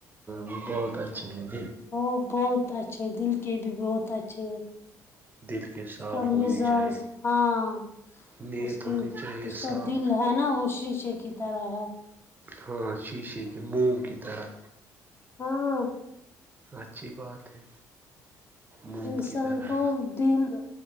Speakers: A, on the right; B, on the left.
A: وہ بہت اچھے ہیں دن
B: وہ بہت اچھے دل کے بھی بہت اچھے
A: دل کے
B: اس
A: صاف
B: کا
A: ہونی
B: مزاز
A: چاہیے
B: ہاں
A: نیت
B: اس کی
A: ہونی چاہیے
B: اس کا
A: صاف
B: دل ہے نا وہ شیشے کی طرح ہے
A: ہاں شیشے کے موم کی طرح
B: ہاں
A: اچھی بات ہے موم
B: انسان
A: کی طرح
B: کو دل